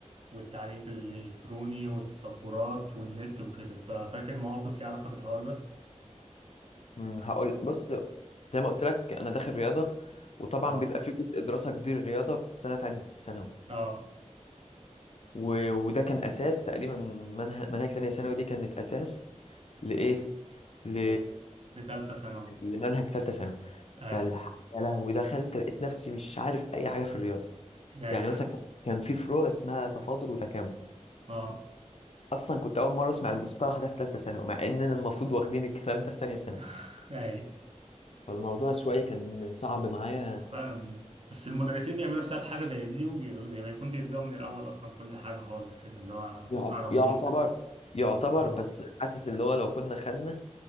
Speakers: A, on the right; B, on the left.
A: والتعليم الالكتروني والسبورات والنت وكده ففاكر مواقف ليها علاقة بالحوار ده
B: أمم، هقول بص زي ما قلت لك انا داخل رياضه وطبعا
A: اه
B: بيبقى في جزء دراسه كبير رياضه في سنه تانية ثانوي
A: اه
B: و- وده كان اساس تقريبا منهج منهج تانية ثانوي دي كانت اساس لايه ل
A: لتالتة ثانوي
B: لمنهج ثالثه ثانوي
A: اي
B: فالح يا لهوي دخلت لقيت نفسي مش عارف اي حاجه في الرياضه
A: اي
B: يعني مثلا كان كان في فروع اسمها تفاضل وتكامل
A: اه
B: اصلا كنت اول مره اسمع المصطلح ده في ثالثه ثانوي مع اننا المفروض واخدين الكلام ده في تانية ثانوي
A: <laughs> اي
B: فالموضوع شويه كان صعب معايا
A: فعلا بس المدرسين بيعملوا حساب حاجة زي دي وزي ما يكون بيبدأوا من الأول أصلا كل حاجة خالص كده اللي هو
B: يع-
A: على نضيف
B: يعتبر
A: كده
B: يعتبر
A: اه
B: بس حاسس اللي هو لو كنا خدنا